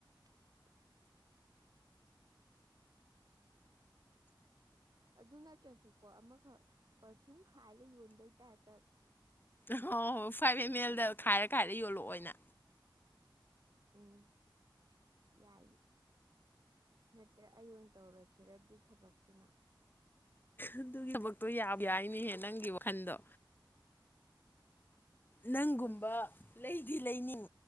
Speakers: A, on the right; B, on the left.
A: <inaudible> ꯑꯗꯨ ꯅꯠꯇ꯭ꯔꯁꯨꯀꯣ ꯑꯃꯈꯛ ꯄꯔꯐ꯭ꯌꯨꯝ ꯈꯥꯏꯔ ꯌꯣꯟꯕꯩꯇꯥꯔꯦ
B: ꯍꯣꯏ ꯍꯣꯏ ꯐꯥꯏꯚ ꯑꯦꯝ ꯑꯦꯜꯗ
A: ꯐꯗꯧ
B: ꯈꯥꯏꯔ ꯈꯥꯏꯔ ꯌꯣꯜꯂꯛꯑꯣꯅ
A: ꯎꯝ ꯌꯥꯏꯅꯦ ꯅꯠꯇ꯭ꯔ ꯑꯌ ꯇꯧꯔꯁꯤꯔꯗꯤ ꯊꯕꯛꯇꯨꯅ
B: ꯑꯗꯨꯒꯤ ꯊꯕꯛꯇꯣ ꯌꯥꯕ ꯌꯥꯏꯅꯦꯍꯦ ꯅꯪꯒꯤ ꯋꯥꯈꯜꯗꯣ ꯅꯪꯒꯨꯝꯕ
A: ꯍꯁ
B: ꯂꯩꯗꯤ ꯂꯩꯅꯤꯡ